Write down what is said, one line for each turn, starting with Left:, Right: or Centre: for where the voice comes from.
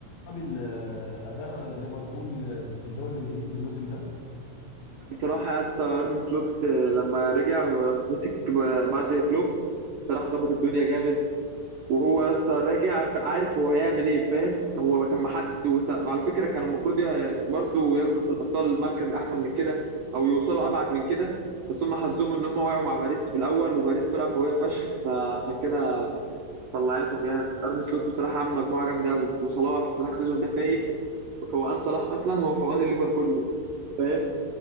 Left: صعب ال- اداء ليفربول في الدوري الانجليزي الموسم ده
Right: بصراحة يا اسطى أرن سلوت آه، لما رجع ومسك ب- بعد كلوب بصراحة ظبط الدنيا جامد وهو يا اسطى راجع ف- عارف هو هيعمل ايه فاهم هو كان محد وس- وعلى فكرة كان المفروض ي- برضه ياخدوا في الأبطال مركز أحسن من كده أو يوصلوا أبعد من كده بس هم حظهم إن هم وقعوا مع باريس في الأول وباريس فرقة قوية فشخ فعشان كده طلعتهم يعني أرن سلوت بصراحة عامل مجموعة جامدة أوي وصلاح صلاح السيزون ده فايق فوقان صلاح أصلا هو فوقان الليفر كله فاهم